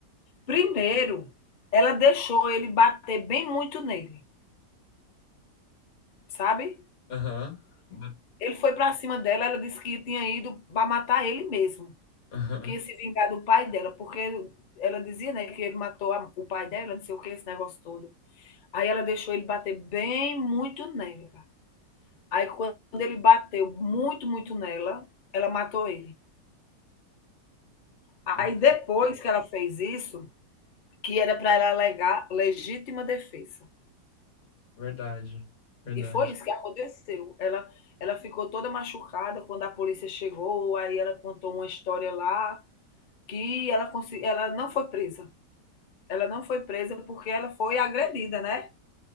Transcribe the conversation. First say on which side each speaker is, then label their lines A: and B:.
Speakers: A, on the left; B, on the left.
A: Primeiro, ela deixou ele bater bem muito nele, sabe?
B: Aham. Ba-
A: Ele foi para cima dela, ela disse que tinha ido para matar ele mesmo.
B: Aham.
A: que se vingar do pai dela, porque ela dizia, né, que ele matou a- o pai dela, não sei o que, esse negócio todo. Aí ela deixou ele bater bem muito nela. Aí quando ele bateu muito, muito nela, ela matou ele. Aí
B: Ve-
A: depois que ela fez isso, que era para ela alegar legítima defesa.
B: Verdade, verdade.
A: E foi isso que aconteceu. Ela, ela ficou toda machucada quando a polícia chegou, aí ela contou uma história lá que ela, consegui- ela não foi presa. Ela não foi presa porque ela foi agredida, né?